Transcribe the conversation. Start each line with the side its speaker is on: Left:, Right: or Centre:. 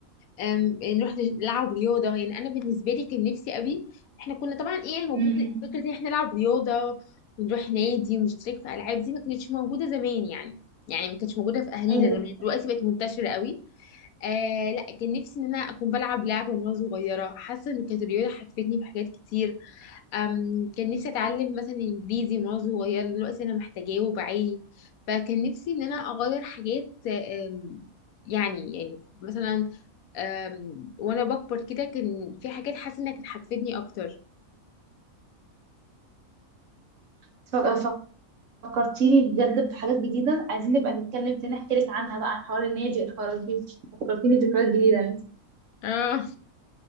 Left: أم، نروح نلعب رياضة يعني أنا بالنسبة لي كان نفسي قوي إحنا كنا طبعا إيه يعني موجود
Right: امم
Left: فكرة إن إحنا نلعب رياضة ونروح نادي ونشترك في ألعاب دي ما كانتش موجودة زمان يعني يعني ما كانتش موجودة في أهالينا
Right: ايوه
Left: زمان دلوقتي بقت منتشرة قوي آه لا كان نفسي ان انا اكون بلعب لعبه وانا صغيره حاسه ان كانت الرياضه حفتني في حاجات كتير أم كان نفسي اتعلم مثلا انجليزي وانا صغيره دلوقتي انا محتاجاه وبعاني فكان نفسي ان انا اغير حاجات أم، يعني يعني مثلا أم، وانا بكبر كده كان في حاجات حاسه انها كانت هتفيدني اكتر
Right: ف- فكرتيني بجد بحاجات جديده عايزين نبقى نتكلم تاني احكي لك عنها بقى عن حوار النادي والحوارات دي فكرتيني بذكريات جديده يعني
Left: اه